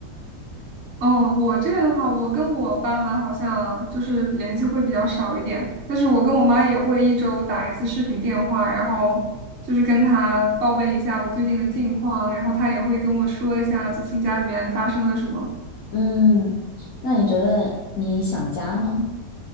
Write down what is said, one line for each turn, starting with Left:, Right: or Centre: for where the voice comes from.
Right: 嗯，我这边的话，我跟我爸妈好像就是联系会比较少一点，但是我跟我妈也会一周打一次视频电话，然后就是跟她报备一下我最近的近况，然后她也会跟我说一下最近家里面发生了什么。
Left: 嗯，那你觉得你想家吗？